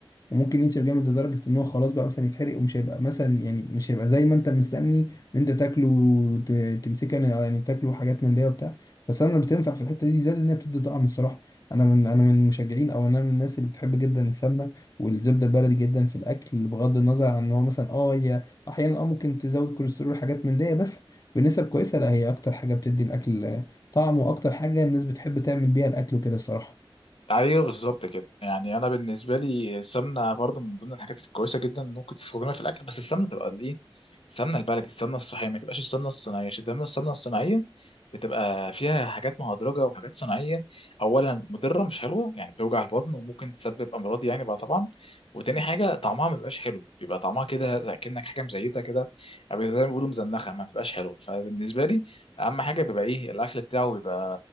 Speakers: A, on the left; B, on the left.
A: وممكن ينشف جامد لدرجة ان هو خلاص بقى مثلا يتحرق ومش هيبقى مثلا يعني مش هيبقى زي ما انت مستني ان انت تاكله وت- تمسكه يعني يعني تاكله حاجات من دي وبتاع فالسمنة بتنفع في الحتة دي زائد ان هي بتدي طعم الصراحة انا من انا من المشجعين او انا من الناس اللي بتحب جدا السمنة والزبدة البلدي جدا في الاكل بغض النظر عن ان هو مثلا اه هي احيانا اه ممكن تزود كوليسترول حاجات من دي بس بنسب كويسة لا هي اكتر حاجة بتدي الاكل طعم واكتر حاجة الناس بتحب تعمل بيها الاكل وكده الصراحة
B: ايوه بالظبط كده يعني انا بالنسبه لي السمنه برضه من ضمن الحاجات الكويسه جدا اللي ممكن تستخدمها في الاكل بس السمنه تبقى الايه السمنه البلدي السمنه الصحيه ما تبقاش السمنه الصناعيه عشان دايما السمنه الصناعيه بتبقى فيها حاجات مهدرجه وحاجات صناعيه اولا مضره مش حلوه يعني بتوجع البطن وممكن تسبب امراض يعني بقى طبعا وتاني حاجه طعمها ما بيبقاش حلو بيبقى طعمها كده زي كأنك حاجه مزيته كده او زي ما بيقولوا مزنخه ما تبقاش حلوه فبالنسبه لي اهم حاجه بيبقى ايه الاكل بتاعه بيبقى